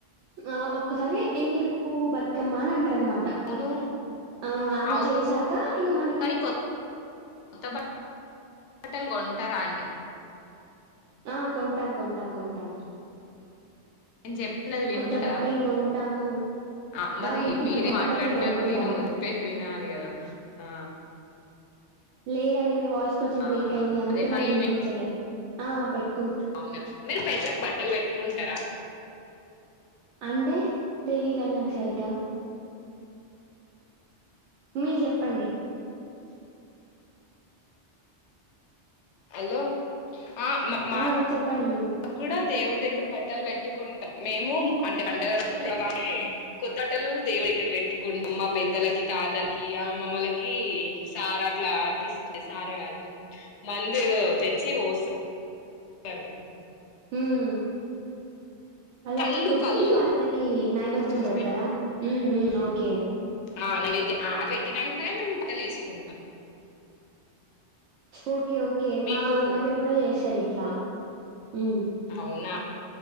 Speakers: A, on the right; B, on the left.
A: ఆ ఒక్కసారి ఎంగిలి. పువ్వు బతుకమ్మ అని అంటారు అనమాట.
B: అవును
A: ఆ అది
B: అవును
A: చేసాక ఇగ మనకి.
B: కానీ కొత్త కొత్త బటల్ కొంటరాండి.
A: ఆ కొంటాం కొంటాం కొంటాం.
B: నేను చెప్పినది వింటున్నార.
A: కొత్త బట్టలు కొంటాము
B: ఆ మరి
A: వింటున్నా
B: మీర
A: కొత్త
B: మాట్లాడుతున్నారు
A: బట్టలు కొనుక్కుంటాం
B: నేను తిప్పేది వినాలి కదా ఆ.
A: లేదండి మీ వాయిస్ కొంచెం బ్రేక్
B: ఆహా
A: అయింది అందుకే
B: అదే మరి
A: నాకు వినిపించలే
B: మీ-
A: ఆ పెట్.
B: అవునా మీరు పెర్లకు బట్టలు పెట్టుకుంటారా.
A: అంటే తెలీదండి నాకు సరిగ్గా. మీరు చెప్పండి
B: హలో ఆ మా మ.
A: ఆ చెప్పండి మీరు
B: నా కూడా దేవుడి దగ్గర బట్టలు పెట్టుకుంట. మేము అంటే పండగ రోజులు కొత్తటలు దేవుడి దగ్గర పెట్టుకుంటా మా పెద్దలకి. తాతలకి ఆ అమ్మమ్మలకి సారా అట్లా అర్పిస్తాయి సారా కా మందు. తెచ్చి పోస్తస్తారు.
A: హామ్. వాళ్ళ
B: కళ్ళు
A: పొట్టి
B: కళ్ళు
A: వాళ్ళకి నైవేద్యం
B: కరెక్ట్
A: పెడతారా ఉ ఉ అవు కే
B: ఆ నైవద అ పెట్టినంకనే మేము లేసుకుంటాం
A: ఓకే ఓకే
B: మీకు
A: మా దగ్గర కూడా చేసారు ఇట్లా ఉ
B: అవునా